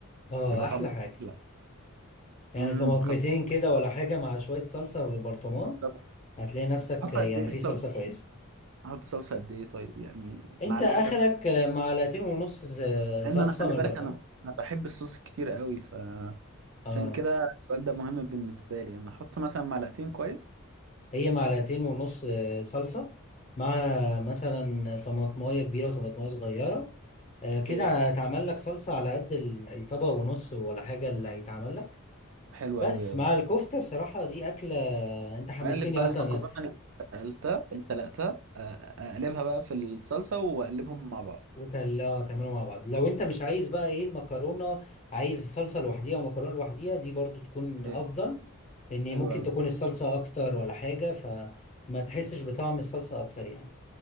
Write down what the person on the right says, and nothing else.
يبقى
طعمها
احلى
امم
خاصة
طب
احط
قد
ايه
صلصة
احط صلصة قد ايه طيب يعني
معلقة
مثلا
لان انا خلي
بالك
انا انا بحب الصوص كتير قوي ف
عشان كده السؤال ده مهم بالنسبة لي انا احط مثلا معلقتين كويس
كويس
حلو
قوي قوي
بقلب بقى
المكرونه اللي سلقتها اللي سلقتها آه، اقلبها بقى في الصلصه واقلبهم مع بعض
ايه
حلو
قوي